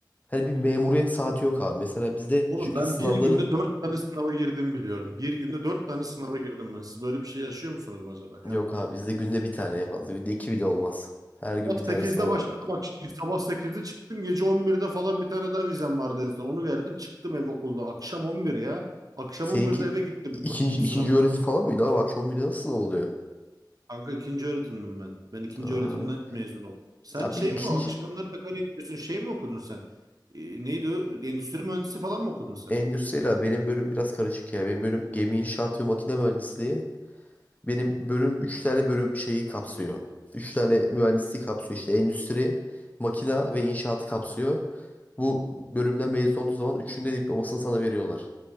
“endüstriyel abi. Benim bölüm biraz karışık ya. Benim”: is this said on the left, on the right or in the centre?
Left